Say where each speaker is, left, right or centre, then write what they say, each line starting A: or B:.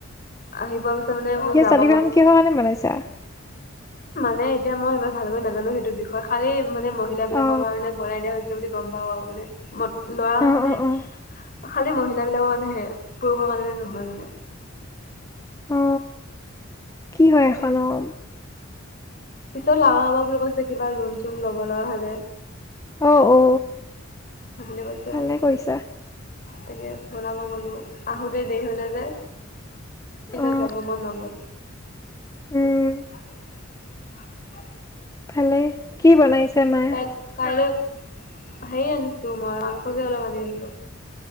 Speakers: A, on the left; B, on the left.
A: আহি পোৱা পিছত মানে মই যাম
B: চাতি বিখন কি হয় নে বনাইছা?
A: ন এতিয়া মই ইমান ভালকৈ নাজানো সেইটো বিষয় খালি মানে মহিলা বিলাকৰ
B: অ
A: কাৰণে বনাই দিয়া হৈছে বুলি গম পাও আৰু মানে। ম লৰা
B: অ
A: মানে
B: অ অ
A: খালী মহিলা বিলাকৰ কাৰণেহে পুৰুষৰ কাৰণে নহয় মানে।
B: অ কি হয়
A: তাকে
B: এখনম
A: পিছত লগা হ'ব বুলি কৈছে কিবা লোন চোন ল'ব লগা হলে।
B: অ অ
A: সেইবুলি কৈছে
B: ভালে
A: আৰু
B: কৰিছা।
A: তাকে বনাব গলোঁ। আহোতে দেৰি হ'লে যে যিদিনা
B: অ
A: যাব মন নগ'ল
B: উম
A: <unintelligible>
B: ভালে কি বনাইছে? মায়ে
A: তাইক কাইলৈ হেই আনিছোঁ মই মাংস কে অলপ আনিলোঁ।